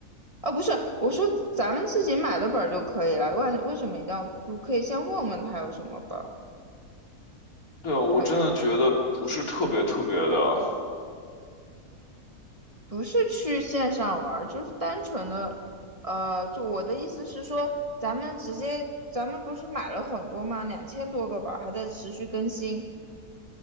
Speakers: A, on the right; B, on the left.
A: 啊，不是，我说咱们自己买的本儿就可以了，为为什么一定要租？可以先问问他有什么本儿。
B: 对，我真的觉得不是特别特别的。
A: 对，不是去线上玩儿，就是单纯的，呃，就我的意思是说，咱们直接，咱们不是买了很多吗？两千多个本儿还在持续更新，